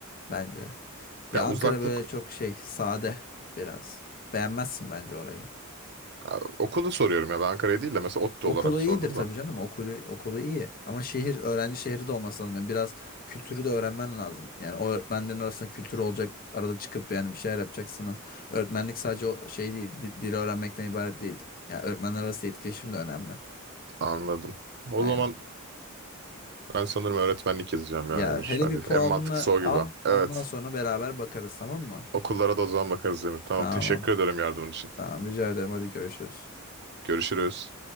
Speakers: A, on the left; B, on the right.
A: bence. Ya
B: Ya
A: Ankara
B: uzaklık
A: böyle çok şey sade biraz. Beğenmezsin bence orayı.
B: ya okulu soruyorum ya ben Ankara'ya değil de mesela ODTÜ
A: Okulu
B: olarak sordum
A: iyidir tabii
B: da.
A: canım. Okulu okulu iyi. Ama şehir öğrenci şehri de olması lazım. Yani biraz kültürü de öğrenmen lazım. Yani o öğretmenlerin arasında kültür olacak. Arada çıkıp yani bir şeyler yapacaksınız. Öğretmenlik sadece o şey değil. di- Dili öğrenmekten ibaret değil. Yani öğretmenler arası etkileşim de önemli.
B: Anladım. O
A: Aynen.
B: zaman ben sanırım öğretmenlik yazacağım
A: Ya
B: ya Emir.
A: hele
B: Hadi
A: bir puanını
B: en mantıklısı o
A: al.
B: gibi.
A: Ondan
B: Evet.
A: sonra beraber bakarız tamam mı?
B: Okullara da o zaman bakarız Emir. Tamam
A: Tamam.
B: teşekkür ederim yardımın için.
A: Tamam rica ederim. Hadi görüşürüz.
B: Görüşürüz.